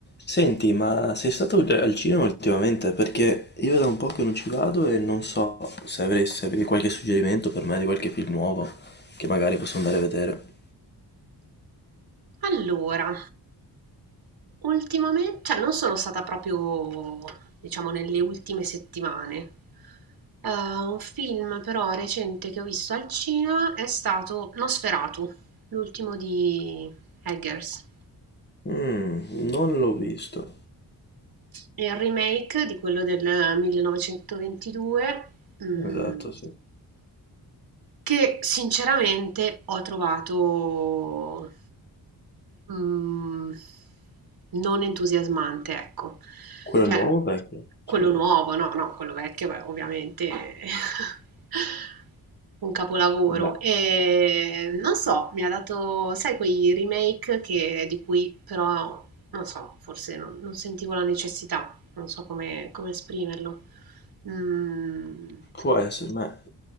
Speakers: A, on the left; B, on the right.
A: Senti, ma sei stato già al cinema ultimamente? Perché io da un po' che non ci vado e non so se avrei- se avevi qualche suggerimento per me di qualche film nuovo che magari posso andare a vedere.
B: Allora, ultimamen cioè non sono stata proprio, diciamo, nelle ultime settimane. Eh, un film però recente che ho visto al cinema è stato Nosferatu, l'ultimo di Eggers.
A: Mm, non l'ho visto.
B: È il remake di quello del 1922, mm,
A: Esatto, sì.
B: che sinceramente ho trovato Mhmm, non entusiasmante, ecco.
A: Quello
B: Cioè,
A: nuovo o vecchio?
B: quello
A: Scusa.
B: nuovo, no, no, quello vecchio, beh, ovviamente è <laughs> un capolavoro.
A: Beh,
B: Ehm, non so, mi ha dato, sai quei remake che di cui però, non so, forse non non sentivo la necessità, non so come come esprimerlo. Mhmm,
A: può essere, ma